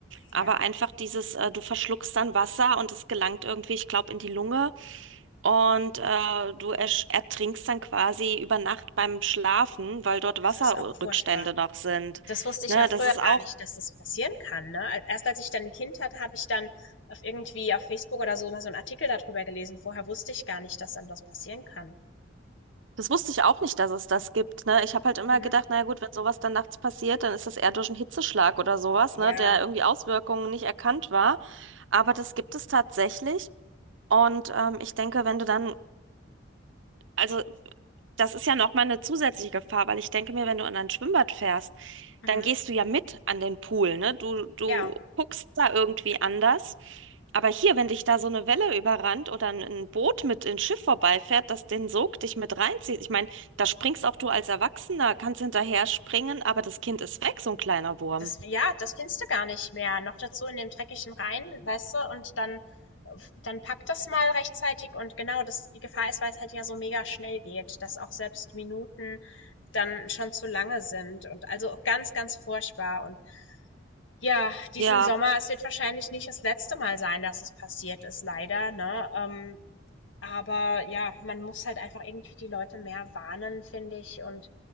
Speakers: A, on the left (about 85°); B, on the right (about 80°).
A: Ja,
B: Aber einfach dieses, äh, du verschluckst dann Wasser und es gelangt irgendwie, ich glaube, in die Lunge und äh, du ersch- ertrinkst dann quasi über Nacht beim Schlafen, weil dort
A: das
B: Wasserrückstände
A: ist auch furchtbar.
B: noch sind.
A: Das wusste ich
B: Ne?
A: auch früher
B: Das ist
A: gar
B: auch
A: nicht, dass das passieren kann. Ne? Al- Erst als ich dann ein Kind hatte, habe ich dann auf irgendwie auf Facebook oder so mal so einen Artikel darüber gelesen. Vorher wusste ich gar nicht, dass dann das passieren kann.
B: Das wusste ich auch nicht, dass es das gibt, ne? Ich habe halt immer
A: Mhm.
B: gedacht, na ja gut, wenn sowas dann nachts passiert, dann ist das eher durch einen Hitzeschlag oder sowas, ne,
A: Ja,
B: der irgendwie Auswirkungen nicht erkannt war. Aber das gibt es tatsächlich. Und ähm, ich denke, wenn du dann, also das ist ja nochmal eine zusätzliche Gefahr, weil ich denke mir, wenn du in ein Schwimmbad fährst,
A: mhm.
B: dann gehst du ja mit an den Pool, ne? Du, du
A: ja.
B: guckst da irgendwie anders. Aber hier, wenn dich da so eine Welle überrannt oder ein ein Boot mit ins Schiff vorbeifährt, das den Sog dich mit reinzieht. Ich meine, da springst auch du als Erwachsener, kannst hinterher springen, aber das Kind ist weg, so ein kleiner Wurm.
A: Das ja, das findest du gar nicht mehr. Noch dazu in dem dreckigen Rhein, weißt du, und dann dann pack das mal rechtzeitig und genau, das die Gefahr ist, weil's halt ja so mega schnell geht, dass auch selbst Minuten dann schon zu lange sind und also ganz, ganz furchtbar und ja, diesen
B: Ja,
A: Sommer, es wird wahrscheinlich nicht das letzte Mal sein, dass es passiert ist, leider, ne? Ähm aber ja, man muss halt einfach irgendwie die Leute mehr warnen, finde ich. Und